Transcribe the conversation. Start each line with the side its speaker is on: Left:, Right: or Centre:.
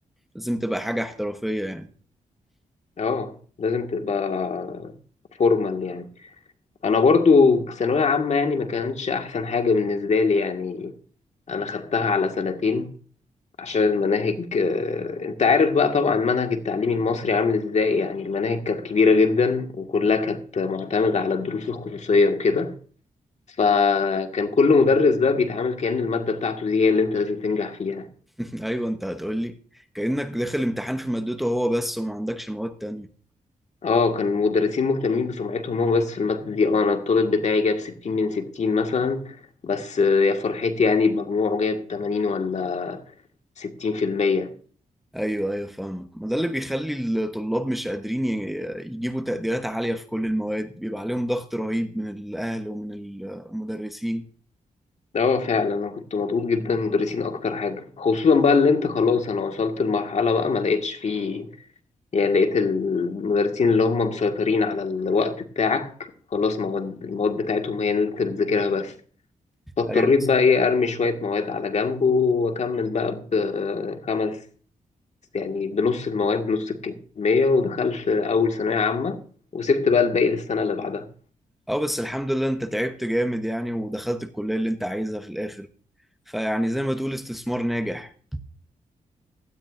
Centre: لازم تبقى حاجة احترافية يعني
Left: أه لازم تبقى فورمال يعني أنا برضو في ثانوية عامة يعني ما كانتش أحسن حاجة بالنسبة لي يعني أنا خدتها على سنتين عشان المناهج آه، أنت عارف بقى طبعا منهج التعليم المصري عامل إزاي يعني المناهج كانت كبيرة جدا وكلها كانت معتمدة على الدروس الخصوصية وكده فكان كل مدرس بقى بيتعامل كأن المادة بتاعته دي هي اللي أنت لازم تنجح فيها
Centre: <laughs> ايوه انت هتقولي كأنك داخل امتحان في مادته هو بس وما عندكش مواد تانية
Left: اه كان المدرسين مهتمين بسمعتهم هو بس في المادة دي اه انا الطالب بتاعي جاب ستين من ستين مثلا بس آه، يا فرحتي يعني بمجموعه جاب تمانين ولا ستين في المية
Centre: ايوه ايوه فاهمك ما ده اللي بيخلي الطلاب مش قادرين ي- يجيبوا تقديرات عالية في كل المواد بيبقى عليهم ضغط رهيب من الاهل ومن المدرسين
Left: اه فعلا انا كنت مضغوط جدا من المدرسين اكتر حاجة خصوصا بقى اللي انت خلاص انا وصلت لمرحلة بقى ما لقيتش فيه يعني لقيت المدرسين اللي هم مسيطرين على الوقت بتاعك خلاص مواد المواد بتاعتهم هي اللي انت بتذاكرها بس فاضطريت
Centre: ايوه
Left: بقى ايه ارمي شوية مواد على جنب واكمل بقى بخمس يعني بنص المواد بنص الكمية ودخلت أول ثانوية عامة وسبت بقى الباقي للسنة اللي بعدها
Centre: اه بس الحمد لله انت تعبت جامد يعني ودخلت الكلية اللي انت عايزها في الاخر فيعني زي ما تقول استثمار ناجح